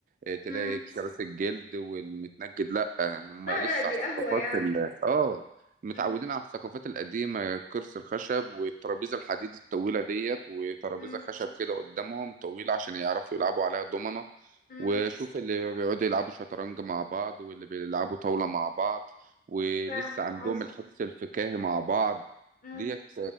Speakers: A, on the right (about 45°); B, on the left (about 50°).
A: آه، تلاقي
B: امم
A: كراسي الجلد والمتنجد لا هم
B: لا
A: لسه
B: لا دي
A: على الثقافات
B: قهوة يعني
A: ال... اه متعودين
B: امم
A: على الثقافات القديمة كرسي الخشب والترابيزة الحديد الطويلة ديت وترابيزة
B: امم
A: خشب كده قدامهم طويلة عشان يعرفوا يلعبوا عليها دومنة
B: امم
A: وشوف اللي بيقعدوا يلعبوا شطرنج مع بعض واللي بيلعبوا طاولة مع بعض ولسه
B: فاهمة
A: عندهم
B: قصدك
A: الحس الفكاهي مع بعض
B: امم
A: ديت